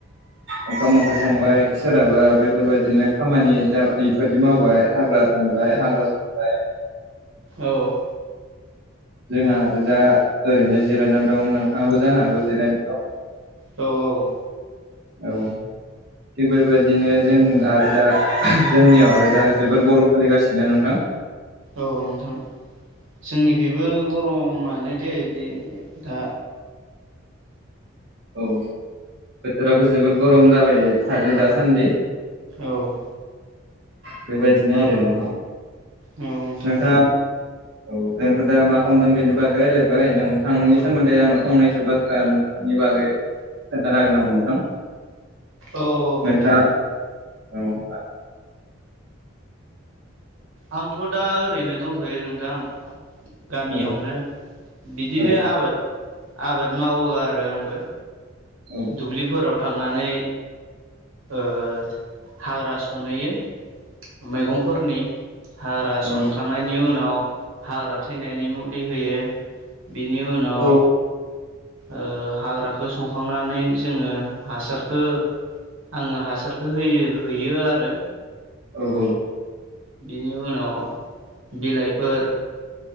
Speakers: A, on the right; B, on the right.
A: ओंखाम ओंख्रि संबाय सोरहाबा बेफोरबायदिनो खामानि दामानि बेबायदि मावबाय हाग्रा दानबाय हाग्रा संबाय।
B: औ।
A: जोंहा आरो दा ओरैनो जिरायना दं नोंथाङाबो जानो हागौ जिरायनाय दं।
B: औ औ।
A: औ। थिग बेबायदिनो जों आरो दा जोंनियाव आरो दा जोबोद गरम फालिगासिनो नोंथां। <inaudible>
B: औ नोंथां जोंनिखैबो गरमानो दे <unintelligible> दा।
A: औ बोथोराबो जोबोद गरम जाबाय थादो दासान्दि।
B: औ।
A: बेबायदिनो आरो नोंथां
B: नोंथां
A: नोंथाङा औ जोंथ' दा मा खालामदों बेनि बागै रायलायबाय नोंथांनि सोमोन्दै आंनो फंनैसो बाथ्रा नोंथां नि बागै खोन्थानो हागोन नामा नोंथां?
B: औ औ
A: नोंथाङा
B: नोंथां
A: औ
B: आंथ' दा ओरैनो दंथ'यो नोंथां। गामियावनो
A: औ
B: बिदिनो
A: औ
B: आबाद आबाद मावो आरो आंबो।
A: औ
B: दुब्लिफोराव थांनानै ओ हाग्रा सनहैयो। मैगंफोरनि हाग्रा
A: औ
B: सनखांनायनि उनाव हाग्रा थैनायनि मुलि होयो बेनि उनाव
A: औ
B: ओ हाग्राखौ संखांनानै जोङो हासारखो आङो हासारखौ होयो हैयो आरो।
A: औ औ।
B: बेनि उनाव बिलाइफोर